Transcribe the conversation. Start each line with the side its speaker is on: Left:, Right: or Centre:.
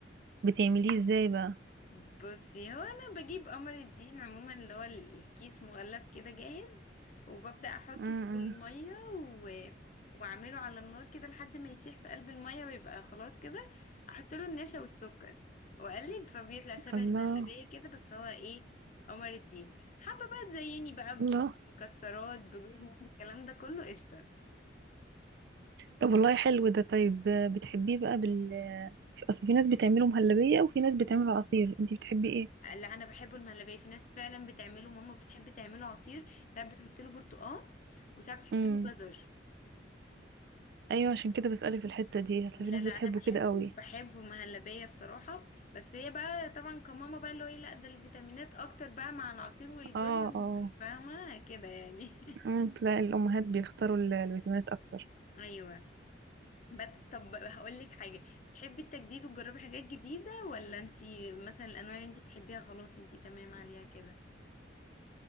Right: بتعمليه ازاي بقى
Left: بصي هو انا بجيب قمر الدين عموما اللي هو الكيس مغلف كده جاهز وببدأ احطه
Right: امم
Left: في المية و... واعمله على النار كده لحد ما يسيح في قلب المية ويبقى خلاص كده احط له النشا والسكر واقلب فبيطلع شبه
Right: الله
Left: المهلبية كده بس هو ايه قمر الدين حابة بقى تزيني بقى
Right: الله
Left: ب- بمكسرات بجوز هند، الكلام ده كله قشطة
Right: طب والله حلو ده طيب بتحبيه بقى بال اصل في ناس بتعمله مهلبية وفي ناس بتعمله عصير انتي بتحبي ايه
Left: لا انا بحبه المهلبية في ناس فعلا بتعمله ماما بتحب تعمله عصير ساعات بتحط له برتقال وساعات بتحط
Right: امم
Left: له جزر
Right: ايوه عشان كده بسألك في الحتة دي اصل
Left: لا
Right: في ناس
Left: لا
Right: بتحبه
Left: انا بحبه
Right: كده قوي
Left: بحبه مهلبيه بصراحه بس هي بقى طبعا كماما بقى اللي هو ايه لا ده الفيتامينات اكتر بقى مع العصير والجزر
Right: اه اه
Left: وال- فاهمه كده يعني
Right: امم تلاقي الامهات بيختاروا ال- الفيتامينات اكتر
Left: <laughs> ايوه بس طب هقول لك حاجه بتحبي التجديد وتجربي حاجات جديده ولا انتي مثلا الانواع اللي انتي بتحبيها خلاص انتي تمام عليها كده